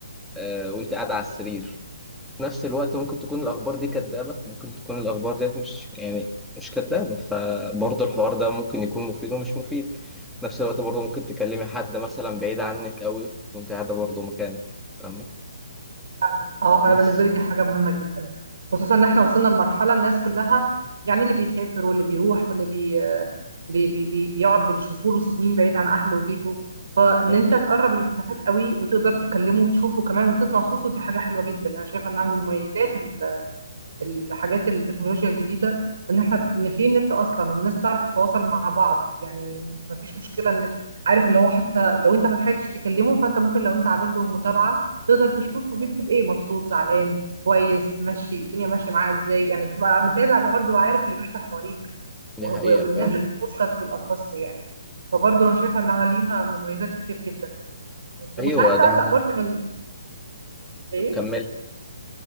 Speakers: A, in the centre; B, on the right.
A: آه، وأنت قاعدة على السرير في نفس الوقت ممكن تكون الأخبار دي كدابة ممكن تكون الأخبار ديت مش يعني مش كدابة فبرضه الحوار ده ممكن يكون مفيد ومش مفيد في نفس الوقت برضه ممكن تكلمي حد مثلا بعيد عنك قوي وأنت قاعدة برضه مكانك فاهمة
B: اه آه،
A: بس
B: انا بالنسبه لي دي حاجه مهمه جدا خصوصا ان احنا وصلنا لمرحله الناس كلها يعني اللي بيسافر واللي بيروح واللي بي بي بي بي بيقعد بالشهور والسنين بعيد عن اهله وبيته فان
A: دي
B: انت
A: حقيقة
B: تقرب المسافات قوي وتقدر تكلمه وتشوفه كمان وتسمع صوته دي حاجه حلوه جدا انا شايفه انها من المميزات الحاجات التكنولوجيا الجديدة ان احنا ان في نت اصلا والناس بتعرف تتواصل مع بعض يعني مفيش مشكلة ان عارف اللي هو حتى لو انت ما لحقتش تكلمه فانت ممكن لو انت عامل له متابعة تقدر تشوف بيكتب ايه مبسوط زعلان كويس ماشي الدنيا ماشية معاه ازاي يعني بتبقى متابع برضه وعارف اللي بيحصل حواليك
A: دي
B: و- و-
A: حقيقة
B: والناس
A: فعلا
B: اللي بتوصل في الأخص يعني فبرضه انا شايفة انها ليها مميزات كتير جدا وساعات
A: أيوه ده
B: بقلق
A: أنا
B: برضه من ايه
A: كملي